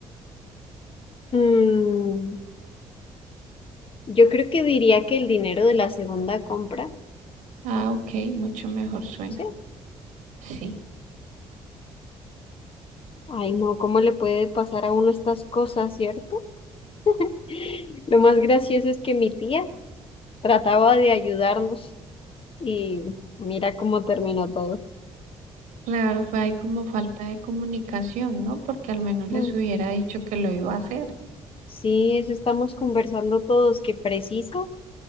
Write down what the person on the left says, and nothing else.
Mm, Yo creo que diría que el dinero de la segunda compra,
sí.
Ay, no, ¿cómo le puede pasar a uno estas cosas, cierto? <gasps> Lo más gracioso es que mi tía trataba de ayudarnos y mira cómo terminó todo.
Mm,
Sí, eso estamos conversando todos, que preciso.